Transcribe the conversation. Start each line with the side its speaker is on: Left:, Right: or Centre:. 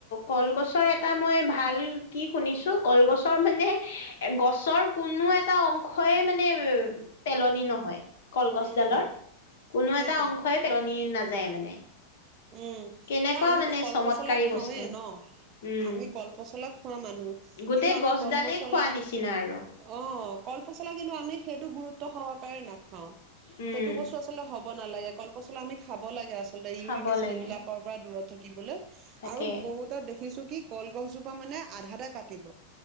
Left: কলগছৰ এ এটা মই ভাল কি শুনিছো কলগছৰ মানে গছৰ কোনো এটা অংশই মানে পেলনি নহয়। কলগছডালৰ
Right: উম
Left: কোনো
Right: সেইটোয়েতো
Left: এটা অংশই পেলনি নাযা যায় মানে।
Right: উম
Left: কেনেকুৱা
Right: অ আমিতো
Left: মানে
Right: কলপচলা
Left: চমৎকাৰী
Right: খাওঁৱেই
Left: বস্তু
Right: ন,
Left: উম
Right: আমি কলপচলা খোৱা মানুহ
Left: গোটেই
Right: কিন্তু আমি
Left: গছডালেই
Right: কলপচলা,
Left: খোৱা নিচিনা আৰু
Right: অ কলপচলা কিন্তু আমি। সেইটো গুৰুত্ব সহকাৰে নাখাওঁ।
Left: উম
Right: সেইটো বস্তু আচলতে হ'ব নালাগে কলপচলা আমি খাব লাগে আ আচলতে ইউৰিক
Left: খাব
Right: এচিদ
Left: লাগে
Right: এইবিলাকৰ পৰা দূৰত থাকি কি বোলে।
Left: তাকে
Right: আৰু বহুতৰ দেখি <unintelligible> কি কলগছজোপা মানে আধাতে কাটিব।